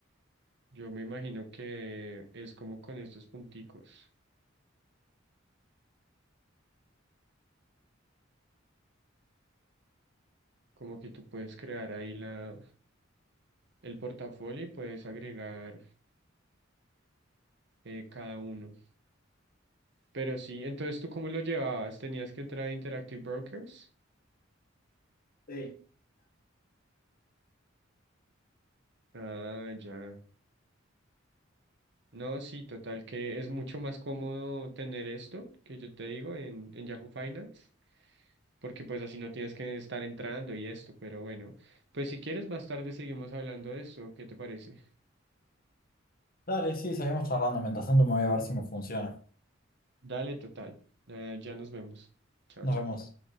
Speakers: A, on the right; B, on the left.
A: yo me imagino que es como con estos punticos, como que tú puedes crear ahí la, el portafolio y puedes agregar eh, cada uno. Pero sí, entonces tú cómo lo llevabas, tenías que entrar a Interactive Brokers.
B: Sí.
A: Ah, ya. No, sí, total, que es mucho más cómodo tener esto que yo te digo en, en Yahoo Finance. porque pues así no tienes que estar entrando y esto, pero bueno, pues si quieres más tarde seguimos hablando de esto, ¿qué te parece?
B: Dale, sí, seguimos charlando. Mientras tanto me voy a ver si me funciona.
A: Dale, total, eh, ya nos vemos. Chao,
B: Nos
A: chao.
B: vemos.